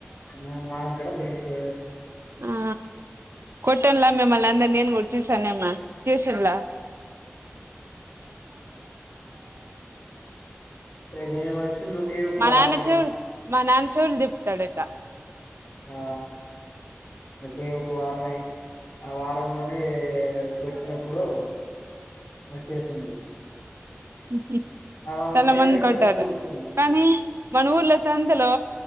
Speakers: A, on the left; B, on the right.
A: ఆ మాగూడ తెలుసు
B: ఆ కొట్టన్లా మిమ్మల్నందర్నీ నేన్ కూడా చూసనేమి ట్యుశున్లా
A: ఏ మేమొచ్చిన్ రో కే ఒక
B: మా
A: వారమై
B: నాన్న చెవులు మా నాన్ చవుల్ దిప్తాడిత
A: ఆ ఒకే ఒక వార్ వె ఆ వారంలోనే కుట్ నప్పుడు వచ్చేసింది
B: హ్మ్ హ్మ్
A: అలా
B: చాలా
A: వచ్చేయడం
B: మంది
A: ఇక్కడ
B: కొట్టారు
A: స్కూల్స్
B: కానీ మనుర్లో అయితే అందులో